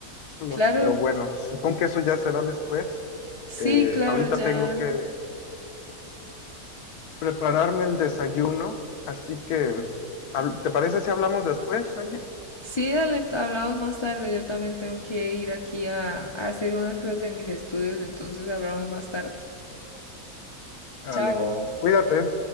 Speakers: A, on the left; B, on the left.
A: Carlos,
B: Claro,
A: pero bueno, supongo que eso ya será después.
B: sí,
A: Eh,
B: claro,
A: ahorita
B: ya.
A: tengo que prepararme el desayuno, así que, hab- ¿te parece si hablamos después, Angie?
B: Sí, dale, hablamos más tarde. Yo también tengo que ir aquí a, a hacer unas cosas de mis estudios, entonces hablamos más tarde.
A: Dale,
B: Chao.
A: cuídate.